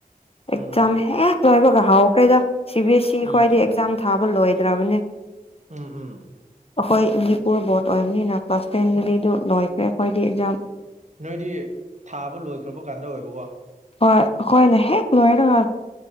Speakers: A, on the left; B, on the right.
A: ꯑꯦꯖꯝ
B: ꯎꯝ ꯎꯝ
A: ꯑꯦꯦ ꯂꯣꯏꯕꯒ ꯍꯥꯎ ꯀꯩꯗ ꯁꯤ ꯕꯤ ꯑꯦꯁ ꯏ
B: ꯎꯝ
A: ꯈ꯭ꯋꯥꯏꯗꯒꯤ ꯑꯦꯛꯖꯥꯝ ꯊꯥꯕ ꯂꯣꯏꯗ꯭ꯔꯕꯅꯦ
B: ꯎꯝ ꯎꯝ
A: ꯑꯩꯈꯣꯏ ꯏꯗꯤ ꯄꯨꯔꯣ ꯕꯣꯠ ꯑꯣꯏꯕꯅ ꯀ꯭ꯂꯥꯁ ꯇꯦꯟꯗꯤ ꯑꯗꯨ ꯂꯣꯏꯈꯦ ꯑꯩꯣꯏꯗꯤ ꯑꯦꯛꯖꯝ
B: ꯅꯣꯏꯗꯤ ꯊꯥꯕ ꯂꯣꯏꯈ꯭ꯔꯕ ꯀꯥꯟꯗ ꯑꯣꯏꯕꯀꯣ
A: ꯍ ꯀꯅ ꯍꯦꯛ ꯂꯣꯏꯦ ꯇꯉꯥ